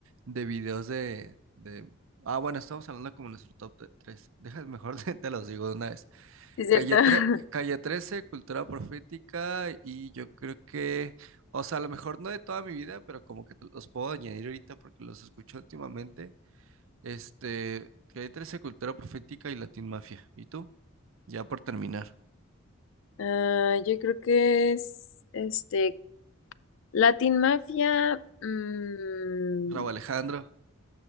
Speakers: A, on the right; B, on the left.
A: de videos de, de... Ah, bueno, estamos hablando como nuestro top tres Deja, mejor <laughs> te, te los digo de una vez.
B: Sí, es cierto.
A: Calle,
B: <laughs>
A: tre- Calle trece Cultura Profética y yo creo que, o sea, a lo mejor no de toda mi vida, pero como que los puedo añadir ahorita porque los escucho últimamente. Este, Calle trece Cultura Profética y Latin Mafia. ¿Y tú? Ya por terminar.
B: Ah, yo creo que es este Latin Mafia. mm,
A: Rauw Alejandro.